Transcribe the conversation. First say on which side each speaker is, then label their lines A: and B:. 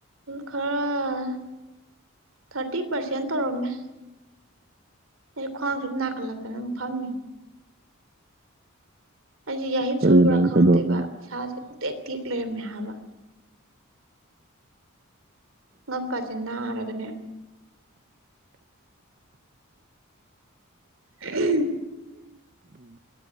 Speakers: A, on the right; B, on the right.
A: ꯈꯔ ꯊꯥꯔꯇꯤ ꯄꯥꯔꯁꯦꯟ ꯇꯧꯔꯝꯃꯦ ꯑꯩ ꯈ꯭ꯋꯥꯡꯁꯨ ꯁꯨꯝ ꯅꯥꯀꯠꯂꯛꯇꯅ ꯑꯗꯨꯝ ꯐꯝꯃꯤ ꯑꯩꯁꯦ ꯌꯥꯍꯤꯞ
B: ꯀꯩꯒꯤꯅꯣ
A: ꯁꯣꯏꯕ꯭ꯔꯥ
B: ꯍꯥꯏ
A: ꯈꯪꯗꯦꯕ
B: ꯀꯩꯗꯧꯔꯒꯦ ꯑꯃꯨꯛ
A: ꯏꯁꯥꯁꯦ ꯄꯇꯦꯛ ꯇꯦꯛ ꯂꯩꯔꯝꯃꯦ ꯍꯥꯏꯕ ꯉꯛꯀꯥꯆꯤꯟ ꯅꯥꯔꯒꯅꯦ ꯍ